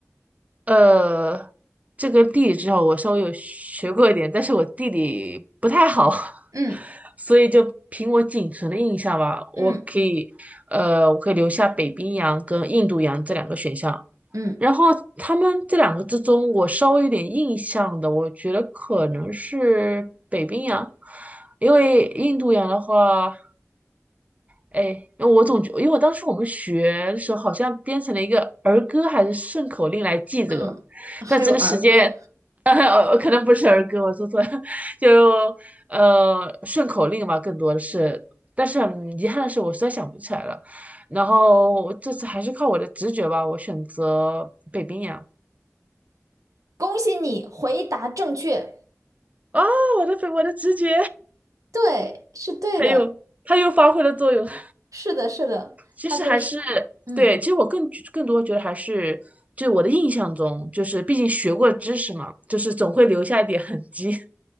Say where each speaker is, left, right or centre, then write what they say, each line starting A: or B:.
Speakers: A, on the right; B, on the right.
A: 呃，这个地理至少我稍微有学过一点，但是我地理不太好，
B: 嗯
A: <laughs> 所以就凭我仅存的印象吧，
B: 嗯。
A: 我可以，呃，我可以留下北冰洋跟印度洋这两个选项。
B: 嗯
A: 然后他们这两个之中，我稍微有点印象的，我觉得可能是北冰洋，因为印度洋的话。哎，我总觉，因为我当时我们学的时候好像编成了一个儿歌还是顺口令来记这个，
B: 嗯，还有儿歌，
A: 但真的时间，<laughs> 呃，可能不是儿歌，我说错了，<laughs> 就呃顺口令吧，更多的是，但是很遗憾的是，我实在想不起来了。然后这次还是靠我的直觉吧，我选择北冰洋。
B: 恭喜你回答正确，
A: 啊，我的北，我的直觉，
B: 对，是对的，
A: 它又它又发挥了作用。<laughs>
B: 是的，是的，
A: 其实还是
B: 他就是，嗯
A: 对，其实我更更多觉得还是，就我的印象中，就是毕竟学过知识嘛，就是总会留下一点痕迹。<laughs>